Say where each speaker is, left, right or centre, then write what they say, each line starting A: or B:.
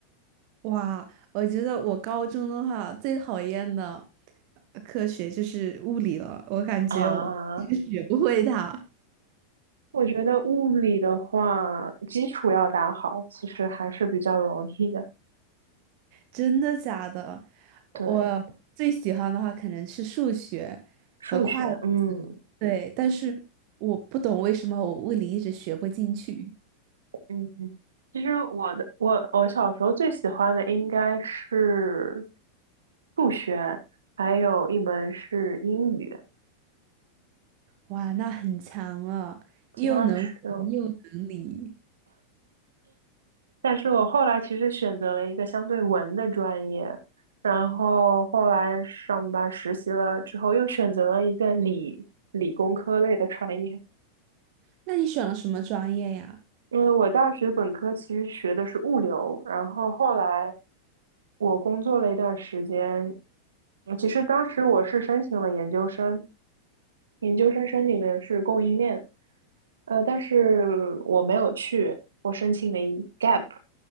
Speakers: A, on the right (about 45°); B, on the right (about 70°).
A: 哇，我觉得我高中的话最讨厌的呃科学就是物理了，我感觉我就是学不会它。
B: 啊。我觉得物理的话，基础要打好，其实还是比较容易的。
A: 真的假的？
B: 对，
A: 我最喜欢的话可能是数学和会计，
B: 数学，嗯
A: 对，但是我不懂为什么我物理一直学不进去。
B: 嗯，嗯其实我的我我小时候最喜欢的应该是数学，还有一门是英语，
A: 哇，那很强了，
B: 其他是。
A: 又能文又能理。
B: 但是我后来其实选择了一个相对文的专业，然后后来上班实习了之后，又选择了一个理理工科类的专业。
A: 那你选了什么专业呀？
B: 因为我大学本科其实学的是物流，然后后来我工作了一段时间，嗯其实当时我是申请了研究生，研究生申请的是供应链，呃，但是我没有去，我申请了一 gap。